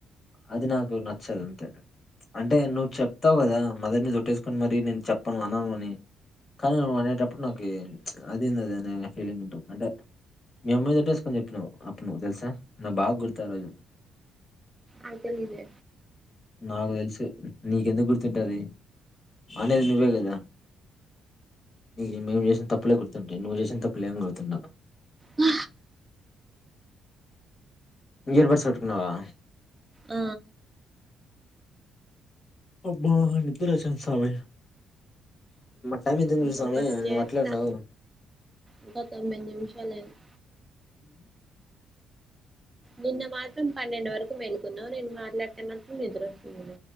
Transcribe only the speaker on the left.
అది నాకు న చ్చదంతే అంటే నువ్వు చెప్తావు కదా మదర్ మీద ఒట్టేసుకొని మరి నేను చెప్పను అనను అని కానీ నువ్వు అనేటప్ ప్పుడు నాకీ అదేంది అదనే ఫీలింగుంటద్ అంటే మీ అమ్మ మీద ఒట్టేసుకొని చెప్పినవు అప్పుడు ను తెలుసా నాక్ బాగా గుర్తు ఆ రోజు
నాకు తెలుసు నీకెందుకు గుర్తుంటది అనేది నువ్వే కదా నీ మేము చేసిన తప్పలే గుర్తుంటయి నువ్వు చేసిన తప్పులేం గుర్తుండవ్
ఇయర్ బడ్స్ పెట్టుకున్నావా
అబ్బా నిద్ర వస్తుంది సామి టైమ్ ఎంత అయితందో
చూడు సామి
ను అట్లనే ఉన్నావ్